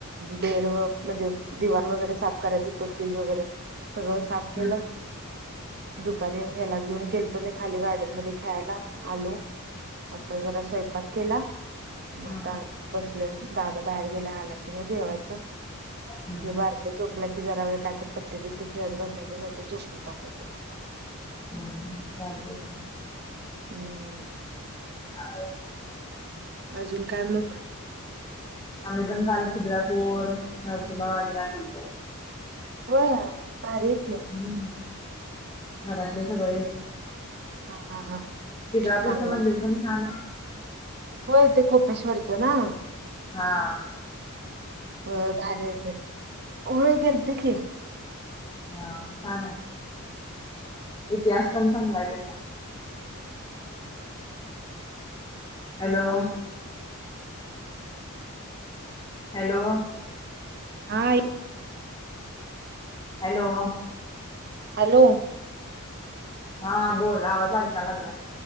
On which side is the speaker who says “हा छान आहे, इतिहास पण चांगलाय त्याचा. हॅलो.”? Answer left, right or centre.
Left